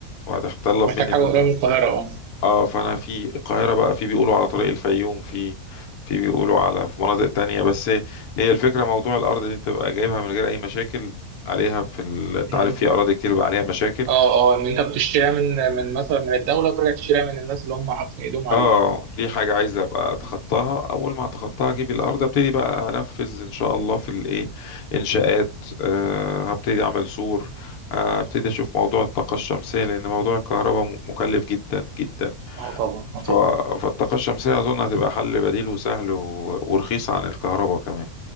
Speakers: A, on the left; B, on the right.
A: وهتتطلب
B: انت محتاج
A: مني
B: حاجه
A: ان انا
B: قريبه من القاهره اه
A: اه فانا في القاهره بقى في بيقولوا على طريق الفيوم في في بيقولوا على في مناطق تانية بس هي الفكره موضوع الارض دي تبقى جايبها من غير اي مشاكل عليها في ال... انت
B: امم
A: عارف في اراضي كتير بقى عليها مشاكل
B: اه اه ان انت بتشتريها من من مثلا من الدوله وترجع تشتريها من الناس اللي هم حاطين ايدهم عليه
A: اه دي حاجة عايز ابقى اتخطاها
B: مم.
A: اول ما اتخطاها اجيب الارض ابتدي بقى انفذ ان شاء الله في الايه انشاءات أه هبتدي اعمل سور آه، هبتدي اشوف موضوع الطاقة الشمسية لان موضوع الكهرباء م- مكلف جدا جدا
B: اه طبعا
A: ف...
B: اه طبعا
A: فالطاقة الشمسية اظن هتبقى حل بديل وسهل و... ورخيص عن الكهرباء كمان